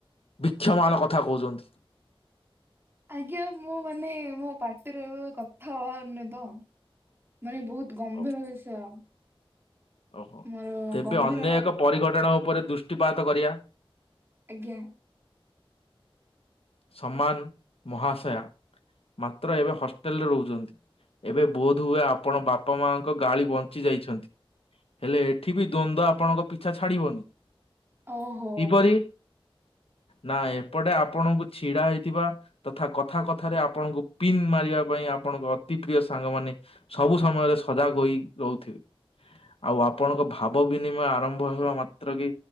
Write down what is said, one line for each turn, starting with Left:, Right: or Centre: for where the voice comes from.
Left: ବିକ୍ଷମାନ କଥା କଥା କହୁଛନ୍ତି।
Right: ଆଜ୍ଞା ମୁଁ ମାନେ ମୋ ପାଟିରେ ଏବେ କଥା ବାହାରୁନି ତ ମାନେ ବହୁତ ଗମ୍ଭୀର
Left: ଓ-
Right: ବିଷୟ
Left: ଓହୋ
Right: ମୋର
Left: ତେବେ
Right: ଗମ୍ଭୀର
Left: ଅନ୍ୟ ଏକ ପରିଘଟଣା ଉପରେ ଦୃଷ୍ଟିପାତ କରିବା
Right: ଆଜ୍ଞା
Left: ସମାନ ମହାଶୟା ମାତ୍ର ଏବେ ହଷ୍ଟେଲରେ ରହୁଛନ୍ତି ଏବେ ବୋଧହୁଏ ଆପଣ ବାପା ମାଙ୍କ ଗାଳି ବଞ୍ଚି ଯାଇଛନ୍ତି ହେଲେ ଏଠି ବି ଦ୍ଵନ୍ଦ୍ୱ ଆପଣଙ୍କ ପିଛା ଛାଡିବନି
Right: ଓହୋ
Left: କିପରି ନା ଏପଟେ ଆପଣଙ୍କୁ ଛିଡା ହେଇଥିବା ତଥା କଥା କଥାରେ ଆପଣଙ୍କୁ ପିନ୍ ମାରିବା ପାଇଁ ଆପଣଙ୍କ ଅତି ପ୍ରିୟ ସାଙ୍ଗ ମାନେ ସବୁ ସମୟରେ ସଜାଗ ହୋଇ ରହୁଥିବେ ଆଉ ଆପଣ ଆପଣଙ୍କ ଭାବ ବିନିମୟ ଆରମ୍ଭ ରମ୍ଭ ହେବା ମାତ୍ର କେ